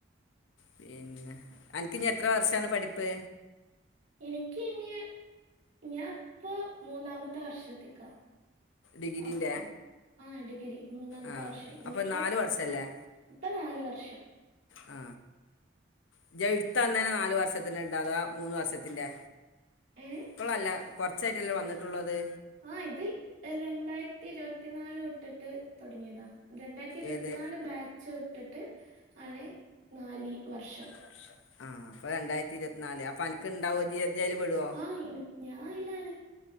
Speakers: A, on the left; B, on the right.
A: പിന്നെ അനക് ഇഞ എത്ര വർഷാണ് പഠിപ്പ്
B: എനിക്ക് ഇനി ഞാൻപ്പൊ മൂന്നാമത്തെ വർഷത്തേക്കാ
A: ഡിഗ്രീൻ്റെ
B: അപ്പൊ ആ ഡിഗ്രി മൂന്നാമത്തെ
A: ആ
B: വർഷആയി
A: അപ്പോൾ
B: ഇനിപ്പോ
A: നാല് വർഷമല്ലേ
B: എന്നാ ഇപ്പ നാല് വർഷം
A: ആ ഞ്ച എഴുത്തന്നേ നാല് വർഷത്തിന്ണ്ടാ അതോ മൂന്ന് വർഷത്തിൻ്റെ
B: ഏ
A: ഇപ്പോളല്ല കുറച്ചായിട്ടല്ലേ വന്നിട്ടുള്ളത്
B: ആ ഇത് രണ്ടായിരത്തി ഇരുപത്തിനാല് തൊട്ടിട്ട് തുടങ്ങിയതാ രണ്ടായിരത്തി ഇരുപത്തിനാല്
A: ഏത്
B: ബാച്ച് വിട്ടിട്ട് ആണ് നാലിവർഷം
A: വർഷം ആ അപ്പൊ രണ്ടായിരത്തി ഇരുപത്തിനാല് അപ്പൊ അനക്ക് ഇണ്ടാവോ ജീ അയില് പെടോ
B: ആ ഇനി- ഞാൻ അതിലാണ്